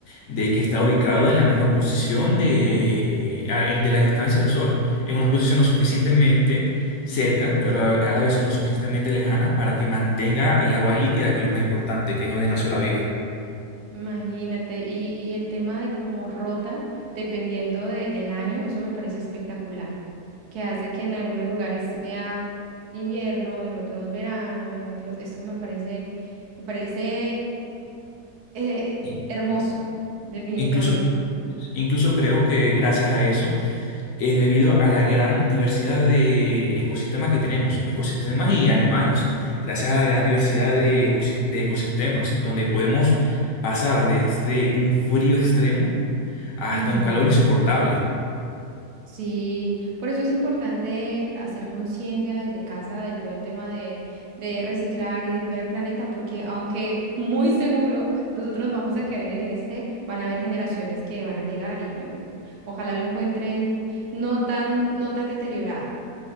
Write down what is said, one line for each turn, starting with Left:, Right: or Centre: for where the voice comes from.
Left: de que está ubicado en la mejor posición de, a- en- de la distancia del Sol, en una posición lo suficientemente cerca, pero a la a la vez lo suficientemente lejana para que mantenga el agua líquida, que es lo más importante, que es donde nació la vida.
Right: Imagínate, y, y el tema de cómo rota, dependiendo de- del año, eso me parece espectacular, que hace que en algunos lugares sea invierno, en otros verano, en otros, eso me parece, me parece eh,
Left: Y-
Right: hermoso, definitivamente.
Left: Incluso, incluso creo que gracias a eso es debido a la gran diversidad de ecosistemas que tenemos, ecosistemas y animales, gracias a la gran diversidad de ecosist- de ecosistemas, donde podemos pasar desde un frío extremo hasta
Right: Ujú.
Left: un calor insoportable.
Right: Sí, por eso es importante hacer conciencia desde casa del todo el tema de, de reciclar y de cuidar el planeta, porque aunque muy seguro nosotros vamos a quedar en este, van a haber generaciones que van a llegar y bueno, ojalá lo encuentren no tan, no tan deteriorado.